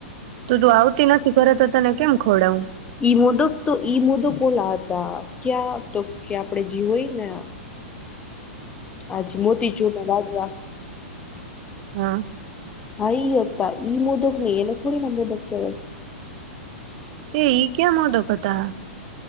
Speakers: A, on the right; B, on the left.
A: તું તું આવતી નથી કરે તો તને કેમ ખોડાવું
B: ઈ મુદક તો ઈ મુદ ઓલા હતા ક્યાં તો કે આપણે જીવોયને આજ મોતી ચૂર ના લઢવા
A: હમ
B: હાઈ ઈ મોદક નહી એલે થોડી ના મોદક કેહેવાય
A: એ ઈ ક્યાં મોદક હતા.